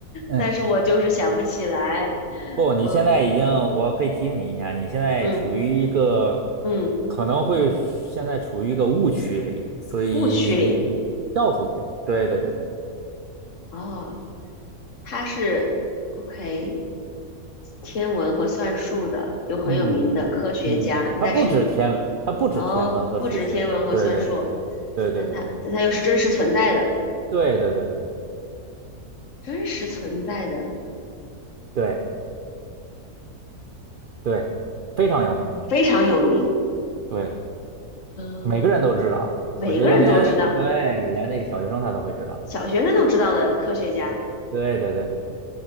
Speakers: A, on the right; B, on the left.
A: 嗯，
B: 但是我就是想不起来。
A: 不，你现在已经，
B: 嗯
A: 我可以提醒你一下，你现在处于一个
B: 嗯嗯，
A: 可能会现在处于一个误区里，所以你可以跳出去。
B: 误区里
A: 对对对对，
B: 哦，他是 OK 天文和算术的，有很有名的科学家，
A: 嗯嗯嗯嗯嗯嗯，它不止天文，
B: 但是
A: 它不止天文和数学。
B: 哦，不止天文和算术，
A: 对对对对对对对对。
B: 但他但他又是真实存在的，
A: 对对对对
B: 真实存在的，
A: 对对，非常有名，
B: 非常有名。
A: 对，
B: 嗯。
A: 每个人都知道。
B: 每个人都知道，
A: 我觉得连对连那个小学生他都会知道。
B: 小学生都知道的科学家。
A: 对对对对对，